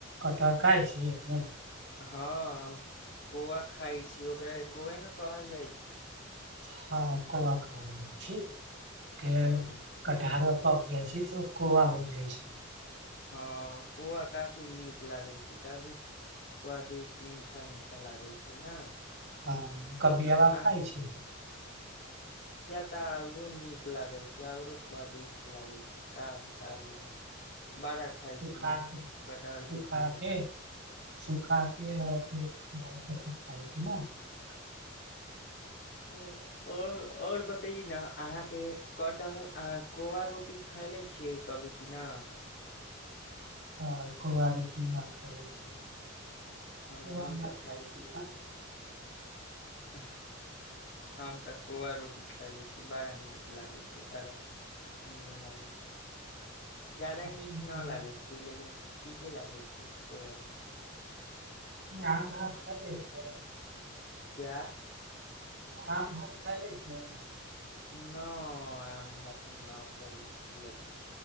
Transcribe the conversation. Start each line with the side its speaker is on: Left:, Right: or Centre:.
Right: कटर कै छै
Left: हँ हम कौआ खाइ छी ओकरा कोौे ने कहल जाइ छै
Right: हँ क कह जा छी के
Left: हँ
Right: कटिहहार पक जाइ छै तऽ कौआ हो जाइ छै
Left: हँ कौआ काफी नीक लागै छै काफी स्वादिष्ट मीठा मीठा लागै छै ने
Right: हँ कभी हबा खाइ
Left: आ
Right: छै
Left: कुता औरो नीक लागे छी औरो स्वादिष्ट लागे छी क तबहाँ बड़ा खाइ
Right: सुखा
Left: छी य
Right: के
Left: कटहलके
Right: सुखा
Left: बी
Right: के सुखा क भ सब त खइ छी ने ह
Left: ओर आओर बतय ने अहाँके कटहल अहाँ कौआ रोटी खयले छियै कभी कि न
Right: ह कु आरूटी न खै छै
Left: हम
Right: ओ
Left: हम तऽ खैले
Right: खाय छी ने
Left: हम हम तक कौआ रोटी खुा ले छी बड़ा नीक लागै छै बड़ा निीमन लागै छै ज्यादा
Right: अपने
Left: नीक
Right: तऽ
Left: न लागैत छी लेकिन ठीके लागै छी कोब रुटी
Right: आम खे छिय
Left: क्य
Right: आ भात खइ ले छ भ
Left: न आम भात हम न खयले छीय अभी